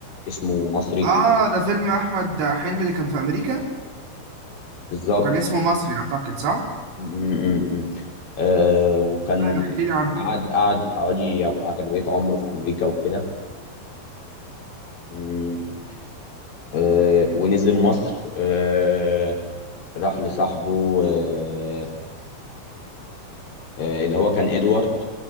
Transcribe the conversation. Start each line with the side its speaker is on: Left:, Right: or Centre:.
Left: اسمه مصري
Right: اه ده فيلم احمد حلمي اللي كان في امريكا
Left: بالظبط
Right: وكان اسمه مصري اعتقد صح
Left: مم، مم، مم. آه، وكان
Right: طيب احكي لي عنه
Left: قعد قعد حوالي أغلبية عمره في أمريكا وكده مم. آه، ونزل مصر آه، راح لصاحبه آه، آه، اللي هو كان ادوارد